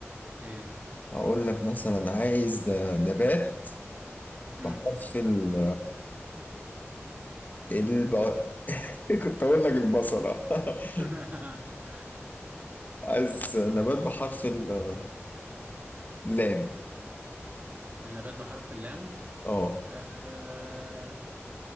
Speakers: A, on the right (about 35°); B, on the left (about 40°).
A: إيه
B: اقول لك مثلا عايز نبات
A: امم
B: بحرف ال الب... <laughs> كنت اقول لك البصلة <laughs>
A: <laughs>
B: عايز نبات بحرف ال- اللام
A: النبات بحرف اللام
B: اه
A: آه